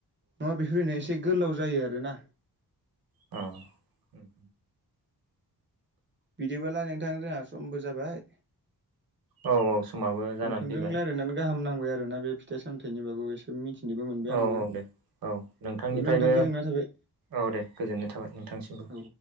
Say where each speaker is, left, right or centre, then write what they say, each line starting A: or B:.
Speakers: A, on the right (about 30°); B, on the right (about 60°).
A: नङा बेफोरनाय एसे गोलाव जायो आरो ना।
B: औ। उम
A: बिदिबोला नोंथां जोंहा समबो जाबाय।
B: औ औ समाबो जानानै
A: नोंथांजों
B: फैबाय
A: रायजलायनानै गाहाम नांबाय आरोोना बे फिथाइ सामथायाइनि बागै एसे। जोब मिथिनोबो मोनबाय आंबो
B: औ
A: बिदिब्ला
B: औ दे औ नोंथांनिफ्रायबो
A: नोंथां गोजोनना थाबाय।
B: औ दे गोजोननाय थाबाय नोंथांसिमबो।
A: औ